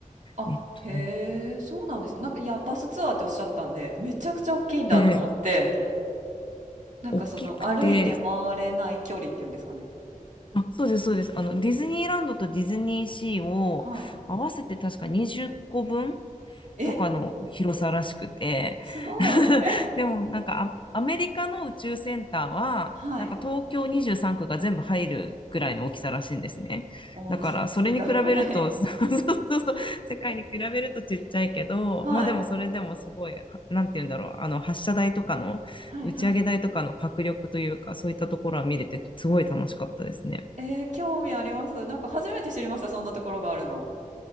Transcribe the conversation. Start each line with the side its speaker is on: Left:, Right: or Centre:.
Right: あ、
Left: えっとね。
Right: へえ、そうなんですね。なんか、いや、バスツアーっておっしゃったんで、めちゃくちゃ大きいんだと思って、
Left: ええ、
Right: なんかその歩いて回れない距離っていうんですかね。
Left: 大きくて、あ、そうです、そうです。あの、ディズニーランドとディズニーシーを合わせて確か20個分
Right: はい。え、
Left: とかの広さらしくて、
Right: すごい。
Left: <laughs> でもなんかア、アメリカの宇宙センターは、
Right: はい。
Left: なんか東京23区が全部入るぐらいの大きさらしいんですね。
Right: おー、
Left: だからそれに比べると、
Right: さすが。はい。
Left: <laughs> そうそうそうそう世界に比べるとちっちゃいけど、
Right: はい。
Left: まあでもそれでもすごい、はなんて言うんだろう、あの発射台とかの、
Right: はいはい。
Left: 打ち上げ台とかの迫力というか、そういったところは見れてすごい楽しかったですね。
Right: えー、興味あります。なんか初めて知りました、そんなところがあるの。